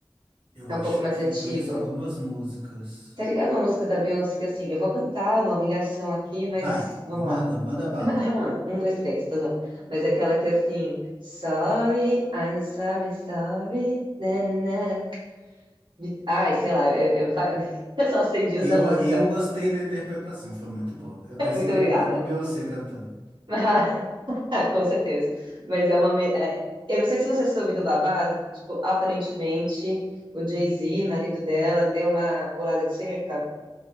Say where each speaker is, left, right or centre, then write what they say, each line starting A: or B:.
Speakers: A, on the right (about 80°); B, on the right (about 60°).
A: Eu
B: É
A: acho
B: um pouco mais
A: que
B: antigo.
A: conheço algumas músicas.
B: Tá ligado uma música da Beyoncé que assim, eu vou cantar uma humilhação aqui, mas
A: Vai,
B: vamos lá.
A: manda, manda bala.
B: Ah, um, dois, três, tá bom. Mas aquela que é assim, sorry, I'm sorry, sorry, nananara. Be- Ai, sei lá, eu, eu, fa- <laughs> eu só sei disso
A: Eu,
B: da música.
A: eu gostei da interpretação, foi muito boa. Eu pensei
B: <laughs> Muito
A: que
B: obrigada.
A: era a própria Beyoncé cantando.
B: Mas- <laughs> Com certeza. Mas é uma. me- é- eu não sei se você soube do babado, que, tipo, aparentemente o Jay-Z, marido dela, deu uma pulada de cerca.